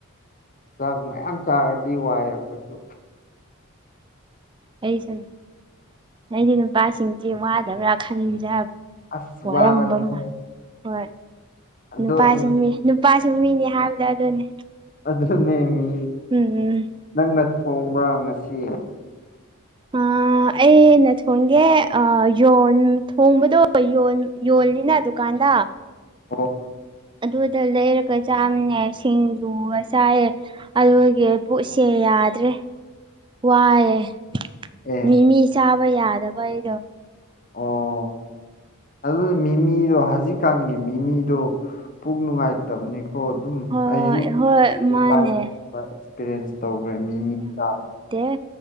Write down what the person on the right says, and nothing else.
ꯑꯩꯁꯨ ꯑꯩꯗꯤ ꯅꯨꯄꯥꯁꯤꯡꯁꯦ ꯋꯥꯗꯕ꯭ꯔꯥ ꯈꯟꯖꯕ
ꯋꯥꯔꯝꯕꯝꯕ
ꯍꯣꯢ
ꯅꯨꯄꯥꯁꯨ
ꯃꯤ ꯅꯨꯄꯥꯁꯨ ꯃꯤꯅꯤ ꯍꯥꯢꯕꯗꯣ ꯑꯗꯨꯅꯦ
ꯎꯝ ꯎꯝ
ꯑꯥ ꯑꯩꯩꯅ ꯊꯣꯡꯒꯦ ꯑꯥ ꯌꯣꯟ ꯊꯣꯡꯕꯗꯣ ꯌꯣꯜ ꯌꯣꯜꯂꯤꯅꯦ ꯗꯨꯀꯥꯟꯗ
ꯑꯗꯨꯗ ꯂꯩꯔꯒ ꯆꯥꯝꯃꯅꯦ ꯁꯤꯡꯖꯨꯒ ꯆꯥꯢꯌꯦ ꯑꯗꯨꯒꯤ ꯄꯨꯛꯁꯦ ꯌꯥꯗ꯭ꯔꯦ ꯋꯥꯢꯑꯦ
ꯃꯤ ꯃꯤ ꯆꯥꯕ ꯌꯥꯗꯕ ꯑꯩꯗꯣ
ꯍꯣꯏ
ꯍꯣꯏ
ꯃꯥꯅꯦ
ꯇꯦꯑꯦ